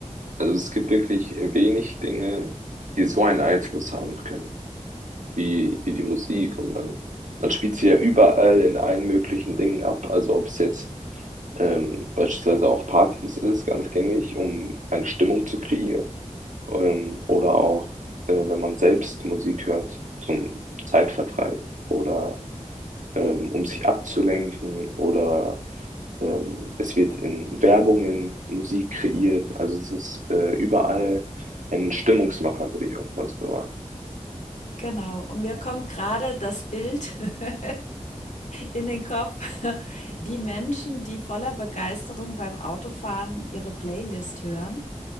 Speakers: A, on the right; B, on the left.
A: also es gibt wirklich wenig Dinge, die so einen Einfluss haben können, wie, wie die Musik. Und man, man spielt sie ja überall in allen möglichen Dingen ab. Also ob es jetzt ähm, beispielsweise auf Partys ist, ganz gängig, um eine Stimmung zu kreieren ähm, oder auch, äh, wenn man selbst Musik hört zum Zeitvertreib oder ähm, um sich abzulenken oder ähm, es wird in Werbungen Musik kreiert. Also es ist äh, überall ein Stimmungsmacher, würde ich auch mal so sagen.
B: Genau. Und mir kommt gerade das Bild <laughs> in den Kopf. <laughs> Die Menschen, die voller Begeisterung beim Autofahren ihre Playlist hören